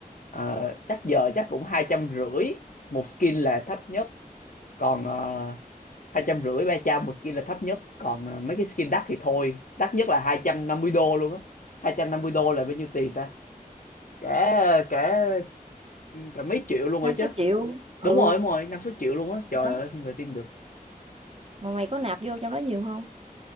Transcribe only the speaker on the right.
năm
sáu triệu ừ
đó
mà mày có nạp vô trong đó nhiều không